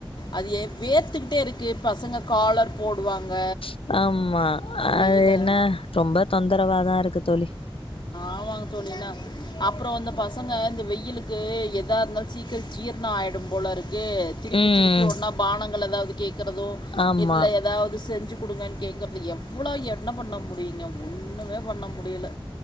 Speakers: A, on the left; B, on the left.
A: அது ஏ- வேர்த்துக்கிட்டே இருக்குது பசங்க காலர் போடுவாங்க
B: அ ஆமா அது
A: வெயில
B: என்ன ரொம்ப தொந்தரவாதா இருக்கு தோழி
A: ஆமாங்க தோழி இன்னா அப்றோ இந்த பசங்க இந்த வெயிலுக்கு எதா இருந்தாலு சீக்கிர ஜீர்ண ஆயிடும் போல இருக் கு திருப்பி
B: ம்.
A: திருப்பி ஒன்னா பானங்கள் எதாவ்து கேக்கறது
B: ஆமா.
A: இல்ல எதாவ்து செஞ்சு குடுங்கன் கேக்கற்து எவ்ளோ என்ன பண்ண முடியுங்க ஒன்னுமே பண்ண முடியல